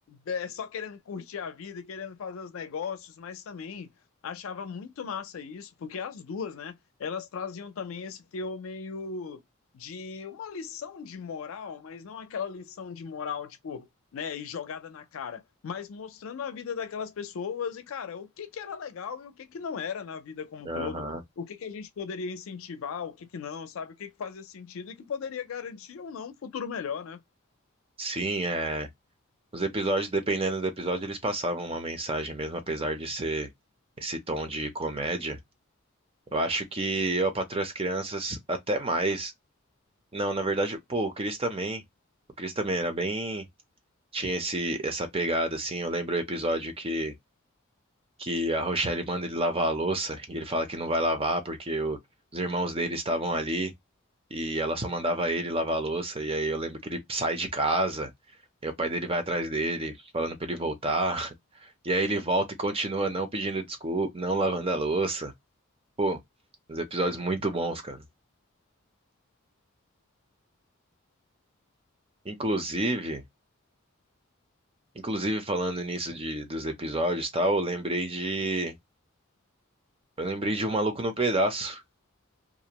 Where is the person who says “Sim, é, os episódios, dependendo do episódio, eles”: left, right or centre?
Right